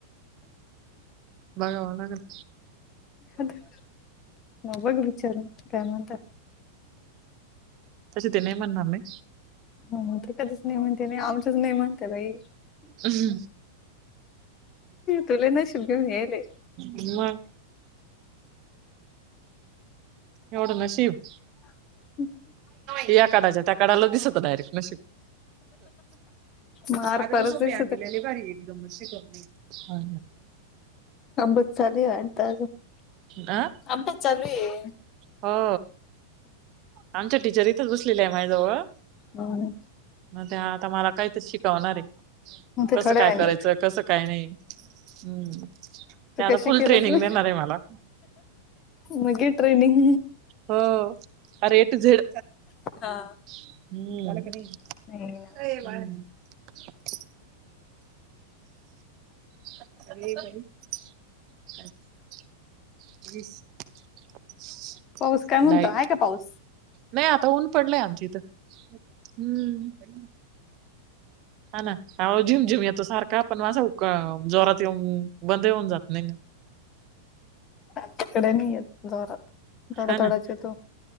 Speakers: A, on the right; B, on the left.
A: बघाव लागल
B: अगं मग बघ विचारुन काय म्हणतात
A: तशी ते नाही म्हणणार नाही
B: हो ते कधीच नाही म्हणते नाही आमचच नाही म्हणते बाई
A: हम्म.
B: तुले नशील घेऊन यायले
A: म एवढं नशीब
B: <unintelligible>
A: या काडाच्या त्या काडाला दिसत डायरेक्ट नशीब
B: मार
A: आग
B: परत
A: ती सुप्रियान
B: दिसत
A: आणलीली
B: आहे.
A: लई भारी एकदम शिक हा
B: अबत चालवी आडता
A: आ
B: अबात चालूये
A: हो आमच्या टीचर इथंच बसलेल्या आहे मायजवळ
B: हम्म.
A: मग ते आता मला कायत शिकवणार आहे
B: मग ते
A: कसं
B: थोड्या
A: काय
B: वेळाने
A: करायचं कसं काय नाही ह ते
B: तू
A: आता
B: कशी
A: फुल
B: केलं
A: ट्रेनिंग देणार आहे मला
B: मग घे ट्रेनिंग
A: हो अरे ए टू झेड
B: हा.
A: हम
B: नाही ना
A: <unintelligible> <inaudible>
B: पाऊस काय म्हणतो
A: नाही
B: आहे का पाऊस?
A: नाही आता ऊन पडलंय आमच्या इथं हम्म हा ना आओ झिम, झिम येतो सारखा पण असा जोरात येऊन बंदही होऊन जात नाही
B: आच्याकडे नाही येत जोरात थोडा,
A: हा ना
B: थोडाच येतो